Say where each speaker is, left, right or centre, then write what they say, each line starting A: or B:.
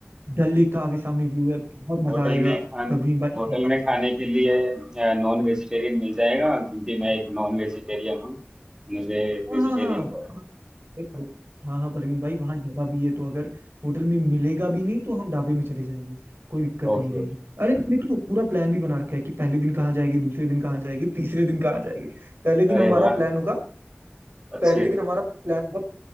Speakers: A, on the right; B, on the right.
A: Dal lake का आगे सामने व्यू है बहुत मजा
B: होटल
A: आएगा
B: में खान
A: प्रवीण भाई
B: होटल में खाने के लिए नॉन वेजिटेरियन मिल जाएगा क्योंकि मैं एक नॉन वेजिटेरियन हूँ मुझे वेजिटेरियन
A: हाँ हाँ हाँ
B: का
A: एक- पर- हाँ हाँ परवीन भाई वहाँ ढाबा भी है तो अगर होटल में मिलेगा भी नहीं तो हम ढाबे में चले जाएंगे कोई दिक्कत
B: Okay
A: नहीं रहेगी
B: okay
A: अरे हमने तो पूरा प्लान भी बना रखा है कि पहले दिन कहाँ जाएंगे दूसरे दिन कहाँ जाएंगे तीसरे दिन कहाँ जाएंगे पहले दिन
B: अरे
A: हमारा
B: वाह
A: प्लान होगा
B: अच्छी
A: पहले दिन हमारा प्लान होगा